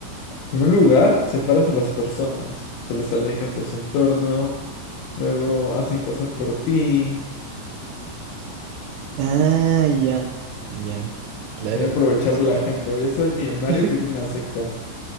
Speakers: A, on the left (about 80°); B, on the right (about 85°).
A: primer lugar, separas a las personas, se las alejas de su entorno, luego hacen cosas por ti.
B: Ah, ya, ya, claro,
A: Me voy a aprovechar
B: sí,
A: de la
B: no.
A: gente, voy a ser el millonario
B: <laughs>
A: que tiene una secta.